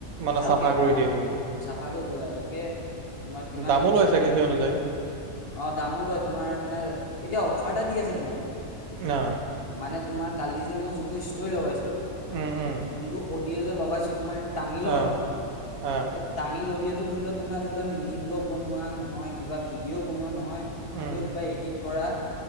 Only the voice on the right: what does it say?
মানে
চাফা
কৰি দিয়েহি
দামো লয়
ছাগে সেই অনুযায়ী।
অ
উম উম
অ
অ
উম